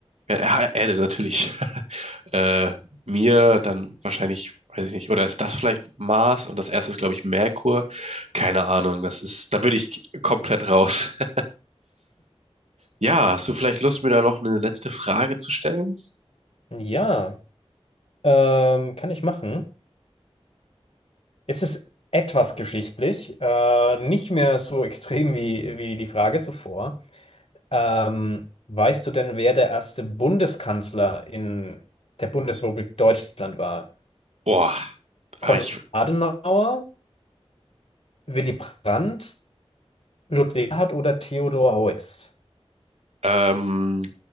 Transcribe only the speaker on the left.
Ja, ähm, kann ich machen. Es ist etwas geschichtlich, äh, nicht mehr so extrem wie, wie die Frage zuvor. Ähm, weißt du denn, wer der erste Bundeskanzler in der Bundesrepublik Deutschland war?
Konrad
Adenauer, Willy Brandt, Ludwig Erhard oder Theodor Heuss?